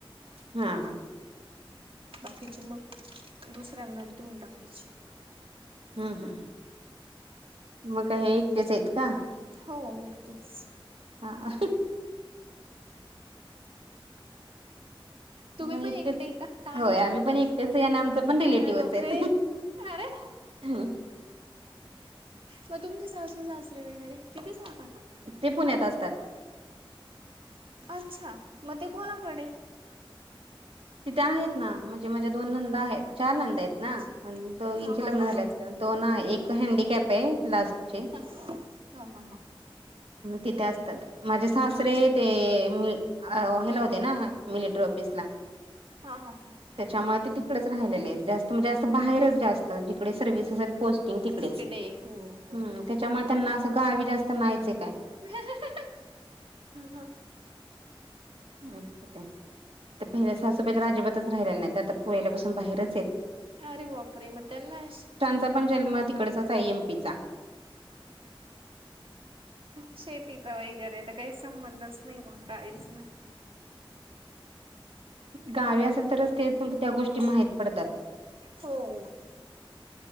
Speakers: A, on the right; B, on the right.
A: हां.
B: बाकीचे मग, दुसऱ्यांना देऊन टाकायचे.
A: ह.. ह.. मग हे एकटेच आहेत का?
B: हो एकटेच.
A: हां.
B: तुम्ही
A: मग
B: पण
A: एकटेच
B: एकटे का का
A: होय.
B: आहे
A: आम्ही
B: तुम्हाला
A: पण एकटेच या ना आमचं पण रिलेटिव्हच
B: अरे बापरे
A: आहेत.
B: अरे
A: <inaudible>
B: मग तुमचे सासू सासरे वगैरे तिथेच राहता का?
A: ते पुण्यात असतात.
B: अच्छा, मग ते कोणाकडे.
A: तिथे आहेत ना, म्हणजे माझ्या दोन नंदा आहेत. चार नंदा आहेत ना,
B: अच्छा
A: दोघीचे
B: हा हा
A: लग्न
B: हा
A: झाल्यात.
B: हा
A: दोन एक हँडीकॅप आहे लास्ट.
B: हा हा हा हा.
A: तिथे असतात. माझे सासरे
B: अच्छा
A: ते म अ- हेला होते ना, मिलिटरी ऑफिस ला.
B: हा हा हा.
A: त्यांच्यामुळे ते तिकडेच राहिलेले जास्त म्हणजे, असं बाहेरच जास्त जिकडे सर्व्हस असेल. पोस्टिंग तिकडेच,
B: तिकडे हो हो
A: हम..
B: हो.
A: त्यांच्यामुळे त्यांना अस गावी जास्त नाहीये चं काय.
B: <inaudible> ह.
A: अ.. ते पहिल्या सासूबाई अजिबातच राहिलेल्या नाही त्या तर पहिल्यापासून बाहेरच येत.
B: अरे बापरे! मगं <unintelligible>
A: त्यापण जन्म तिकडचाच आय एमपीचा.
B: शेतीत. वगैरे तर काही संबंधच नाही, मग काहीच नाही.
A: गावी असेल तरच ते, त्या गोष्टी माहीत पडतात.
B: हो.